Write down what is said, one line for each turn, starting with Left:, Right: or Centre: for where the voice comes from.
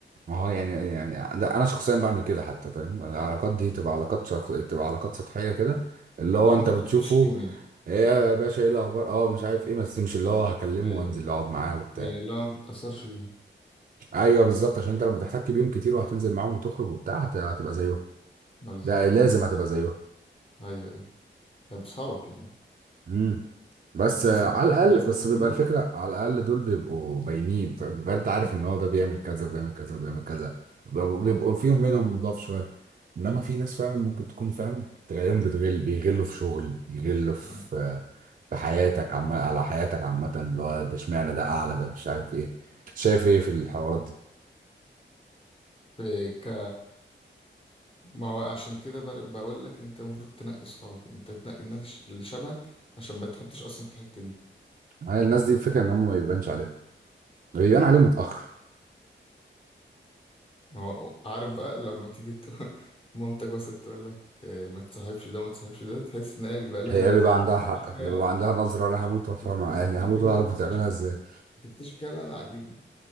Right: ما هو يعني يعني ده انا شخصيا بعمل كده حتى فاهم العلاقات دي تبقى علاقات شخص... تبقى علاقات سطحيه كده اللي هو
Left: لو
Right: انت
Left: ما تتأثرش
Right: بتشوفه
Left: بيهم يعني
Right: ايه يا باشا ايه الاخبار اه مش عارف ايه بس مش اللي هو هكلمه
Left: أيوة.
Right: وانزل
Left: أيوة.
Right: اقعد معاه وبتاع
Left: يعني لو ما تتأثرش بيهم
Right: ايوه بالظبط عشان انت لما تحتك بيهم كتير وهتنزل معاهم وتخرج وبتاع هت- هتبقى زيهم
Left: آه، بالظبط
Right: ده لازم
Left: دي
Right: هتبقى زيهم
Left: أيوه أيوه هيبقوا أصحابك يعني
Right: امم بس
Left: فأنت
Right: آه،
Left: لازم
Right: على
Left: تعرف
Right: الاقل
Left: الأساسيين
Right: بس بيبقى الفكره على الاقل دول بيبقوا باينين فاهم يبقى انت عارف
Left: مم.
Right: ان هو ده بيعمل كذا بيعمل كذا بيعمل كذا بيبقوا بيبقوا
Left: أيوه
Right: فيهم منهم مضاف شويه انما في ناس فعلا ممكن تكون فاهم تلاقيهم بتغل بيغلوا في شغل يغلوا في
Left: آه.
Right: في حياتك عم على حياتك عامة اللي هو ده اشمعنى ده اعلى ده مش عارف ايه شايف
Left: مم.
Right: ايه في الحوارات دي
Left: في ك ما هو عشان كده بر- بقول لك أنت المفروض تنقي أصحابك يعني أنت تنقي الناس اللي شبهك عشان ما تحطش أصلا في الحتة دي
Right: يعني الناس دي الفكرة ان هم ما بيبانش عليهم بيبان
Left: مم.
Right: عليهم متأخر
Left: ما هو عارف بقى لما تيجي تقول <laughs> مامتك بس تقول لك آه، ما تصاحبش ده ما تصاحبش ده تحس إن هي بيبقى ليها
Right: هي
Left: نظرة
Right: بيبقى عندها
Left: مفيش
Right: حق
Left: كده
Right: هي بيبقى
Left: عادي.
Right: عندها نظرة انا هموت
Left: انت
Right: وافهمها
Left: بتكتشف-
Right: يعني
Left: ما
Right: هموت
Left: فكرة
Right: واعرف
Left: انت
Right: بتعملها
Left: بتكتشف
Right: ازاي
Left: بتكتشف كده بقى بعدين